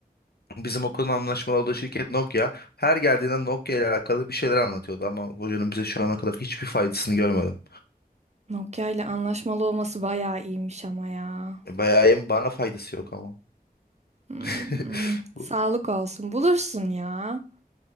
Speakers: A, on the left; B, on the right.
A: bizim okulun anlaşmalı olduğu şirket Nokia. Her geldiğinde Nokia ile alakalı bir şeyler anlatıyordu ama hocanın bize şu ana kadar hiçbir faydasını görmedim.
B: Nokia ile anlaşmalı olması bayağı iyiymiş ama ya.
A: Bayağı hem bana faydası yok ama.
B: Hmm,
A: <laughs> Bu-
B: sağlık olsun bulursun ya.